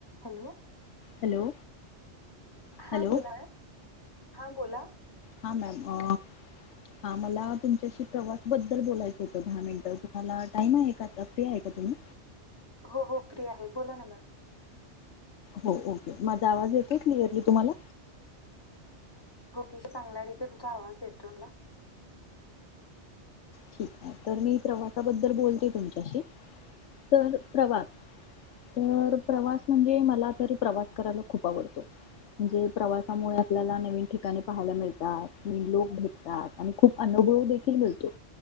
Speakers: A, on the left; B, on the left.
A: Hello
B: hello
A: हां
B: hello
A: बोला हा बोला
B: हा मॅम हा मला तुमच्याशी प्रवास बद्दल बोलायचं होतं दहा मिनटं तुम्हाला टाइम आहे का आता फ्री आहे का तुम्ही
A: हो हो फ्री आहे बोला ना मॅम
B: हो ओके माझा आवाज येतोय क्लिअरली तुम्हाला
A: ओके शी चांगला आहे तिथे तुमचा आवाज येतोय मला
B: ठीक आहे तर मी प्रवासाबद्दल बोलते तुमच्याशी तर प्रवास तर प्रवास म्हणजे मला तरी प्रवास करायला खूप आवडतो तर मी प्रवासबद्दल बोलतीये तुमच्याशी तर प्रवास तर प्रवास म्हणजे मला तरी प्रवास करायला खूप आवडतो म्हणजे प्रवासामुळे आपल्याला नवीन ठिकाणे पाहायला मिळतात लोक भेटतात आणि खूप अनुभव देखील मिळतो.